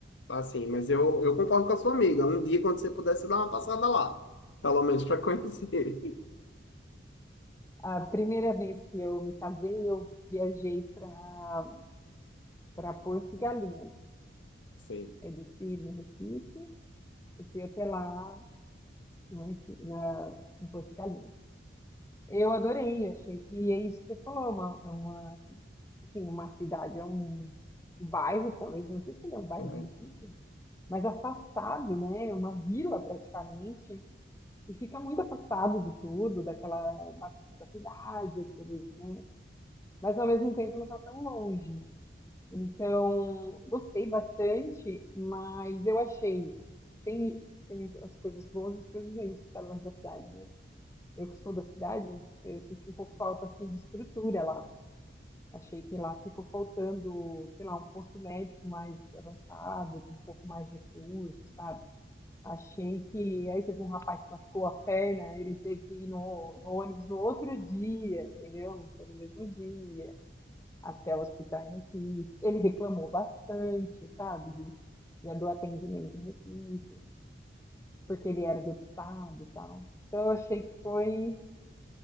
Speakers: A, on the left; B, on the left.
A: tá? assim, mas eu, eu concordo com a sua amiga. Um dia, quando você pudesse dar uma passada lá, pelo menos para conhecer.
B: A primeira vez que eu me casei, eu viajei para para Porto de Galinhas.
A: <laughs> Sim.
B: Eu desci no Recife e fui até lá no Recife, na, em Porto de Galinhas. Eu adorei, achei que é isso que você falou, uma, é uma, assim, assim, uma cidade, é um bairro, talvez, não sei se ele é um bairro
A: É.
B: de Recife, mas afastado, né? É Uma vila praticamente, e fica muito afastado de tudo, daquela bagunça da cidade, aqueles, né? Mas ao mesmo tempo não está tão longe. Então, gostei bastante, mas eu achei, tem, tem as coisas boas e as coisas ruins de estar longe da cidade, né? Eu que sou da cidade, eu senti um pouco falta assim de estrutura lá. Achei que lá ficou faltando, sei lá, um posto médico mais avançado, com um pouco mais de recurso, sabe? Achei que aí teve um rapaz que machucou a perna, ele teve que ir no, no ônibus no outro dia, entendeu? Não foi no mesmo dia, até o hospital em Recife. Ele reclamou bastante, sabe? De, já do atendimento em Recife, porque ele era de outro estado e tal. Então eu achei que foi